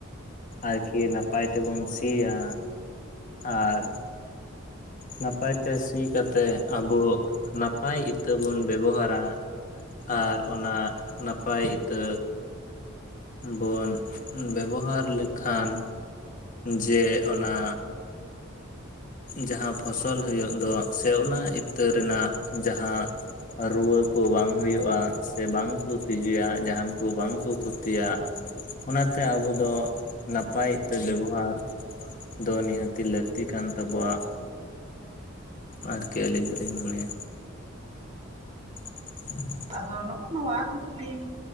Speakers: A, on the left (about 40°); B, on the right (about 30°).
A: ᱟᱨᱠᱤ ᱱᱟᱯᱟᱭ ᱛᱮᱵᱚᱱ ᱥᱤᱭᱟ ᱟᱨ ᱱᱟᱯᱟᱭ ᱛᱮ ᱥᱤ ᱠᱟᱛᱮ ᱟᱵᱚ ᱱᱟᱯᱟᱭ ᱤᱛᱟᱹ ᱵᱚᱱ ᱵᱮᱵᱚᱦᱟᱨᱟ ᱟᱨ ᱚᱱᱟ ᱱᱟᱯᱟᱭ ᱤᱛᱟᱹ ᱵᱚᱱ ᱵᱮᱵᱚᱦᱟᱨ ᱞᱮᱠᱷᱟᱱ ᱡᱮ ᱚᱱᱟ ᱡᱟᱦᱟᱸ ᱯᱷᱚᱥᱚᱞ ᱦᱩᱭᱩᱜ ᱫᱚ ᱥᱮ ᱚᱱᱟ ᱤᱛᱟᱹ ᱨᱮᱱᱟᱜ ᱡᱟᱦᱟᱸ ᱨᱩᱣᱟᱹ ᱠᱚ ᱵᱟᱝ ᱦᱳᱭᱳᱜᱼᱟ ᱥᱮ ᱵᱟᱝ ᱠᱚ ᱛᱤᱡᱩᱭᱟ ᱡᱟᱦᱟᱱ ᱠᱚ ᱵᱟᱝ ᱠᱚ ᱠᱷᱚᱛᱤᱭᱟ ᱚᱱᱟᱛᱮ ᱟᱵᱚ ᱫᱚ ᱱᱟᱯᱟᱭ ᱤᱛᱟᱹ ᱵᱮᱵᱚᱦᱟᱨ ᱫᱚ ᱱᱤᱦᱟᱹᱛ ᱛᱤ ᱞᱟᱹᱠᱛᱤ ᱠᱟᱱ ᱛᱟᱵᱚᱣᱟ ᱟᱨᱠᱤ ᱟᱹᱞᱤᱧ ᱫᱚᱞᱤᱧ ᱢᱚᱱᱮᱭᱟ <unintelligible>
B: ᱟᱫᱚ ᱱᱚᱜᱼᱚ ᱱᱚᱣᱟ ᱠᱩᱠᱞᱤ